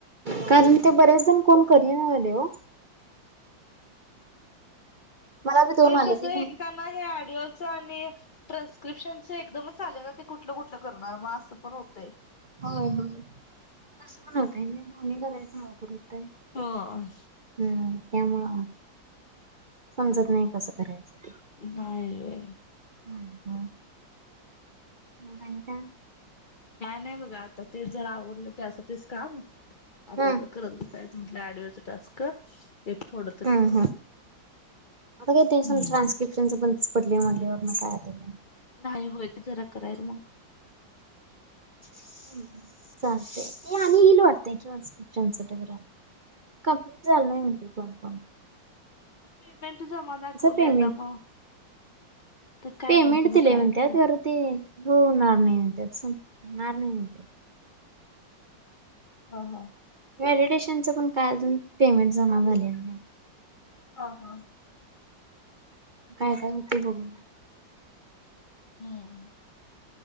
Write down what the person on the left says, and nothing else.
हे
कस
रिकाम ऑडिओ चा आणि. प्रेस्क्रिप्शनच एकदमच आले ना ते कुठलं कुठलं करणार मग असं पण होतंय.
ह.
होय
नाही होय
काय नाही बघा, आता ते जर आवरलं त्यासाठीच काम, आता
ज करल म्हणल, ओडीओचं टस्क एक थोड
हम्म
नाही होय, जरा करायचं मग.
पेमेंट जमा दाखवलं
आता म, त
काय माहिती
मग काय
होतं.
हा हा.
हा हा.
हम्म.